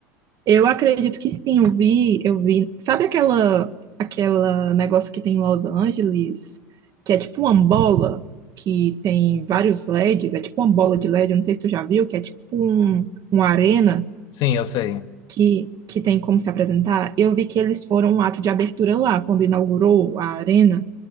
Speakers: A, on the right; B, on the left.
A: Eu acredito que sim, eu vi, eu vi. Sabe aquela aquela negócio que tem em Los Angeles, que é tipo uma bola que tem vários LEDs, é tipo uma bola de LED, eu não sei se tu já viu, que é tipo um, uma arena
B: Sim, eu sei.
A: que, que tem como se apresentar, eu vi que eles foram um ato de abertura lá, quando inaugurou a arena,